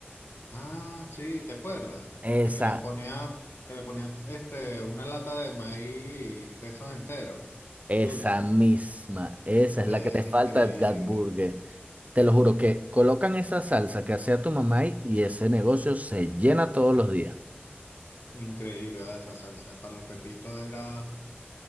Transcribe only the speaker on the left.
Ah, sí, ¿te acuerdas?
De que le ponía, que le ponía este, una lata de maíz de esos enteros,
dulce
Es
increíble,
increíble ¿verdad? esa salsa. Para los pepitos era